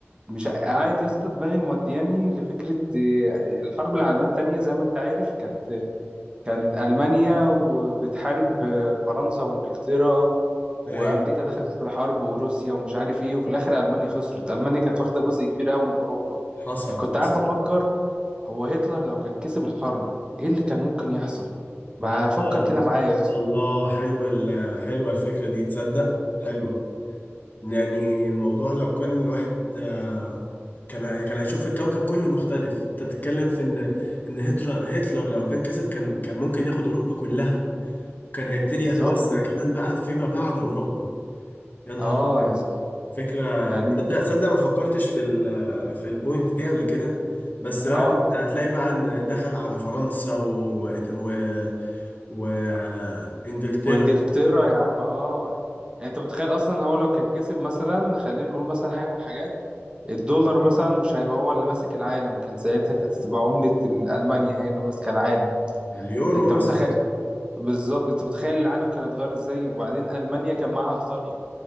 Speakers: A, on the right; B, on the left.
A: ومش قاعد يا اسطى دماغي مودياني لفكره اه، الحرب العالميه التانيه زي ما انت عارف كانت كان المانيا وبتحارب فرنسا وانجلترا
B: ايوه
A: وامريكا دخلت في الحرب وروسيا ومش عارف ايه وفي الاخر المانيا خسرت المانيا كانت واخده جزء كبير قوي من اوروبا
B: حصل
A: فكنت
B: حصل
A: قاعد بفكر هو هتلر لو كان كسب الحرب ايه اللي كان ممكن يحصل ما
B: الله
A: فكر كده معايا يا اسطى
B: الله حلو ال- حلوه الفكره دي تصدق حلوه يعني الموضوع لو كان الواحد آه، كان هي- كان هيشوف الكوكب كله مختلف انت بتتكلم في ان ان هتر- هتلر لو كان كسب كان كان ممكن ياخد اوروبا كلها كان هيبتدي
A: بالظبط
B: يتوسع
A: يا اسطى.
B: كمان بقى فيما بعد اوروبا يا نهار
A: اه
B: أبيض.
A: يا اسطى
B: فكرة
A: يعني
B: تصدق تصدق ما فكرتش في ال في البوينت دي قبل كده بس بقى
A: اه
B: كنت هتلاقي بقى ان دخل على فرنسا و و وانجلترا
A: وانجلترا يا عم اه يعني انت متخيل اصلا هو لو كان كسب مثلا خلينا نقول مثلا حاجه من الحاجات الدولار مثلا مش هيبقى هو اللي ماسك العالم كان ساعتها كانت تبقى عملة ألمانيا هي اللي ماسكة العالم
B: اليورو
A: انت متخيل
B: مثلا
A: بالظبط انت متخيل العالم كان اتغير ازاي وبعدين المانيا كان معاها ايطاليا